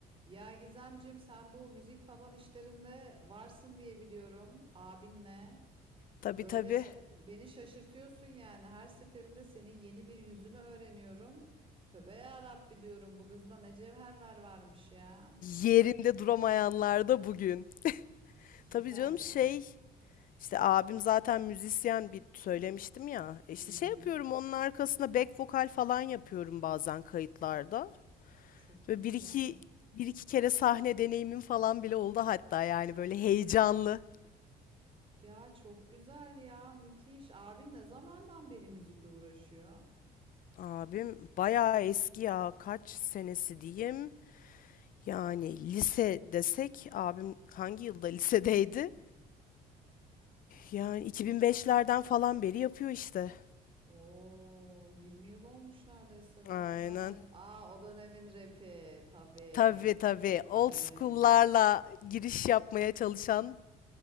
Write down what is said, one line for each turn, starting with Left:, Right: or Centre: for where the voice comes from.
Right: Ya Gizemcim sen bu müzik falan işlerinde varsın diye biliyorum abinle.
Left: Tabii
Right: Böyle
Left: tabii.
Right: beni şaşırtıyorsun yani her seferinde senin yeni bir yüzünü öğreniyorum. Tövbe ya Rabbi diyorum bu kızda ne cevherler varmış ya.
Left: Yerinde duramayanlar da bugün.
Right: Süper
Left: Tabii canım
Right: ya.
Left: şey işte abim zaten müzisyen bir söylemiştim ya. İşte
Right: Hı hı.
Left: şey yapıyorum onun arkasına back vokal falan yapıyorum bazen kayıtlarda.
Right: Çok
Left: Ve
Right: iyi
Left: bir iki
Right: ya.
Left: bir iki kere sahne deneyimim falan bile oldu hatta yani böyle heyecanlı.
Right: Ya çok güzel ya müthiş. Abin ne zamandan beri müzikle uğraşıyor?
Left: Abim bayağı eski ya kaç senesi diyeyim. Yani lise desek abim hangi yılda lisedeydi? Yani 2005'lerden falan beri yapıyor işte.
Right: Oo 20 yıl olmuş neredeyse be.
Left: Aynen.
Right: Lan e. Aa o dönemin rapi tabii.
Left: Tabii tabii.
Right: O
Left: Old
Right: dönemin.
Left: school'larla giriş yapmaya çalışan